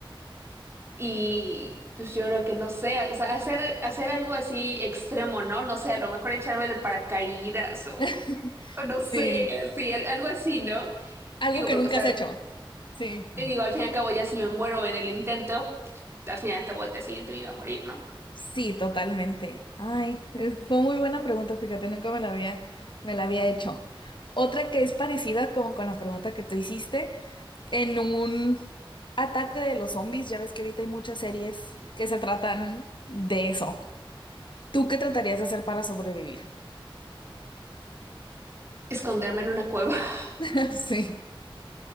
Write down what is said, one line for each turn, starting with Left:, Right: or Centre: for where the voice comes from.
Right: y pues yo creo que no sé, o sea, hacer, hacer algo así extremo, ¿no? No sé, a lo mejor echarme de paracaídas o,
Left: <laughs>
Right: o no sé,
Left: Sí.
Right: así, al- algo así, ¿no?
Left: Algo
Right: Digo,
Left: que
Right: porque,
Left: nunca
Right: o sea,
Left: has hecho. Sí.
Right: digo, al fin y al cabo ya si me muero en el intento, al fin y al cabo el día siguiente me iba a morir, ¿no?
Left: Sí, totalmente. Ay, es- fue muy buena pregunta, fíjate, nunca me la había, me la había hecho. Otra que es parecida como con la pregunta que tú hiciste, en un ataque de los zombies, ya ves que ahorita hay muchas series que se tratan de eso. ¿Tú qué tratarías de hacer para sobrevivir?
Right: Esconderme en una cueva. <laughs>
Left: <laughs> Sí,